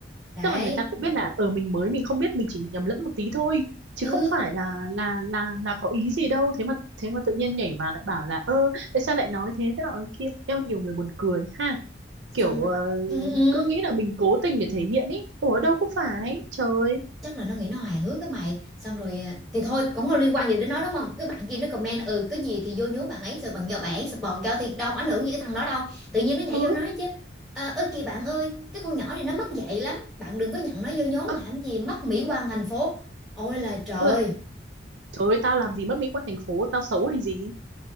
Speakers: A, in the centre; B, on the right.
A: đấy
B: tức là người ta cũng biết là ở mình mới mình không biết mình chỉ nhầm lẫn một tí thôi chứ
A: ừ
B: không phải là là là là có ý gì đâu thế mà thế mà tự nhiên nhảy vào lại bảo là ơ tại sao lại nói thế thế nọ thế kia eo nhiều người buồn cười ha
A: xong
B: kiểu
A: rồi
B: ờ,
A: ừ, ừ. ừ.
B: cứ nghĩ là mình cố tình để thể hiện ý ủa đâu có phải trời
A: chắc là nó nghĩ nó hài hước cái mày xong rồi ờ, thì thôi cũng không liên quan gì đến nó đúng không cái bạn kia nó comment ừ cái gì thì vô nhố bạn ấy rồi bạn do bạn ấy support cho thì đâu có ảnh hưởng gì cái thằng đó đâu tự nhiên nó nhảy
B: ừ
A: vô nói chứ à, ơ kìa bạn ơi cái con nhỏ này nó mất dạy lắm bạn đừng có nhận nó vô nhóm
B: ơ,
A: làm gì mất mỹ quan thành phố ôi là trời
B: ôi là, trời ơi tao làm gì mất mỹ quan thành phố tao xấu hay gì